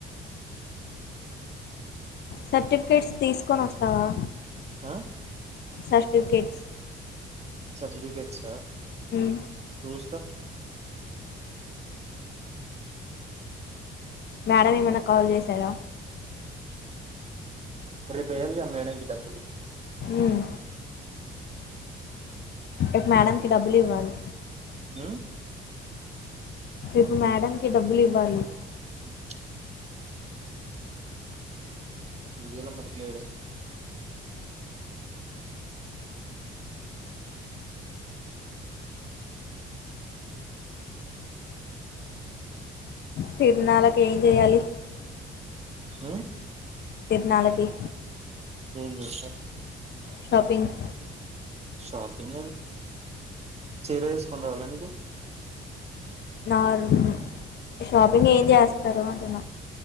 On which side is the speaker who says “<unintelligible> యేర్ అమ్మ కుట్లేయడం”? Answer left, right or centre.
Right